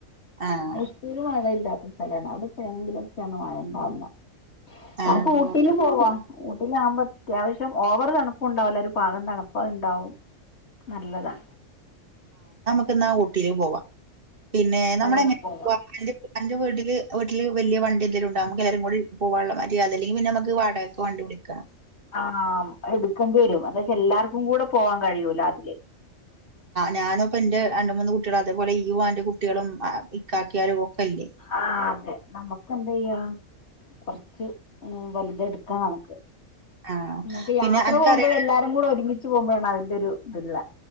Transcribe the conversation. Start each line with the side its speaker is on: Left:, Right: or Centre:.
Right: ആഹ്
Left: മൈസൂര് മഴ <unintelligible> സ്ഥലാണ് അവിടത്തെ എങ്കിലൊക്കെയാണ് മഴ ഉണ്ടാവുന്ന നമുക്ക്
Right: ആഹ്
Left: ഊട്ടില് പോവാ ഊട്ടിലാകുമ്പോ അത്യാവശ്യം ഓവർ തണ് തണുപ്പ് ഉണ്ടാവൂല ഒരു പാഗം തണുപ്പ് അത്ണ്ടാവും നല്ലതാ
Right: ന്നാ ആ ഊട്ടില് പോവാ പിന്നെ നമ്മളെങ്ങനാ
Left: പോവാ പോവാ
Right: അന്റെ വീട്ടില് വീട്ടില് വിയ വണ്ടിന്തെലുംണ്ടാവും എല്ലരും കൂടി പോകുള്ള മാതിരി അല്ലെങ്കി പിന്നെ നമുക്ക് വാടകക്ക് വണ്ടി വിളിക്കണം
Left: ആ എടുക്കേണ്ടി വരും എന്ന്ച്ച എല്ലാർക്കും കൂടെ പോവാൻ കഴിയൂല അതില്
Right: ഞാനും ഇപ്പ എന്റെ രണ്ട് മൂന്ന് കുട്ടികളും അതേപോലെ യു ആന്റെ കുട്ടികളും ഇക്കാക്കിയാരും ഒക്കെ ഇല്ലേ
Left: ആഹ് അതെ നമക്ക് എന്തയ്യ കുറച്ച് വലുത് എടുക്കാ നമുക്ക്
Right: ആഹ്
Left: ഇന്ന്പ്പൊ
Right: പിന്നെ
Left: യാത്ര
Right: അനക്കറിയണ
Left: പോകുമ്പഴ എല്ലാരും കൂടെ ഒരുമിച്ച് പോകുമ്പോഴാണ് അതിന്റെഒരു ഇതല്ല